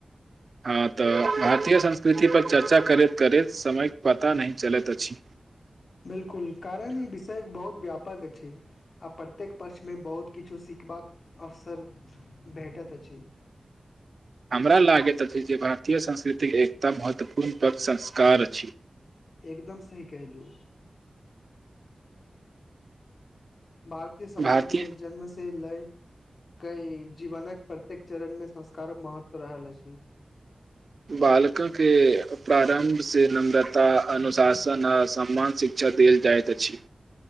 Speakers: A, on the right (about 55°); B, on the left (about 75°).
A: हँ तऽ भारतीय संस्कृति पर चर्चा करैत करैत समयके पता नहि चलैत अछि।
B: बिलकुल कारण ई विषयक बहुत व्यापक पग अछि आ प्रत्येक पक्षमे बहुत किछु सिखबाक अवसर भेटैत अछि।
A: हमरा लागैत अछि जे भारतीय संस्कृतिक एकता महत्वपूर्ण तक संस्कार अछि।
B: एकदम सही कैहलू। भारतीय समाज
A: भारतीय
B: मे जन्म से लय कई जीवनक प्रत्येक चरणमे संस्कारक महत्व रहल अछि।
A: बालको के प्रारंभ से नम्रता अनुशासन आ सम समान शिक्षा देल जाइत अछि।